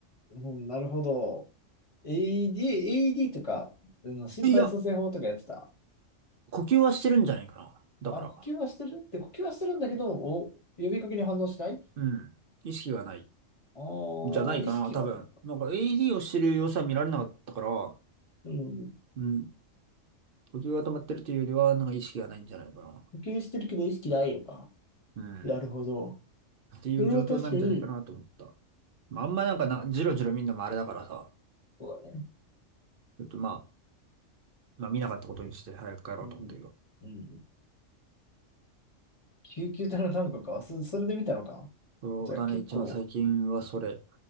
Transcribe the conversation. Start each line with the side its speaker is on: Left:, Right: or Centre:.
Left: うん、なるほど。AED、a d とか、あの心肺蘇生法とかやってた。
Right: いや、呼吸はしてるんじゃないかな。だから、
Left: あ、呼吸はしてるって、呼吸はしてるんだけど、お、呼びかけに反応しない
Right: うん。意識がない。
Left: ああ
Right: じゃないかな、
Left: ー、意識がないのか。
Right: 多分。なんか a d をしてる様子は見られなかったから、
Left: うん。
Right: うん。呼吸が止まってるというよりは、なんか意識がないんじゃないかな。
Left: 呼吸してるけど意識ないのか。
Right: うん。
Left: なるほど。
Right: っていう状況なんじゃないかなと思った。
Left: それは確かに。
Right: まあ、あんまなんかな、じろじろ見るのもあれだからさ、
Left: そうだね。
Right: ちょっとまあ、まあ見なかったことにして早く帰ろうと思ったけど。
Left: うん。うん。救急隊の単価か。そ、それで見たのか。
Right: そうだね、
Left: じゃあ結構、
Right: 一番最近はそれ。